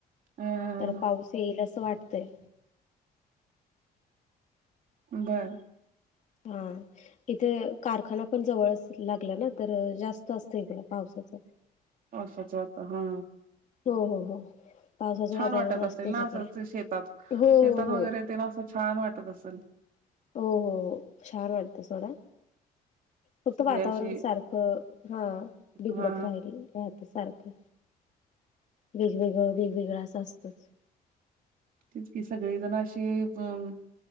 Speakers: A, on the right; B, on the left.
A: अ
B: तर पाऊस येईल असं वाटतंय.
A: बरं
B: हा इथे कारखाना पण जवळच लागला ना तर जास्त असतं इकड पावसाचं
A: पावसाचं वाता हा
B: हो हो हो पावसाचं
A: छान
B: वातावरण
A: वाटत
B: असतंच
A: असेल ना
B: इकडे
A: असं शेतात
B: हो
A: शेतात
B: हो हो
A: वगैरे तेन असं छान वाटत असल.
B: हो हो हो छान वाटतं सोडा फक्त
A: सगळी
B: वातावरण
A: अशी
B: सारखं हा बिघडत
A: हा
B: राहिलय. राहतं सारखं वेगवेगळं वेगवेगळं असं असतच.
A: तेच कि सगळीजणं अशी अं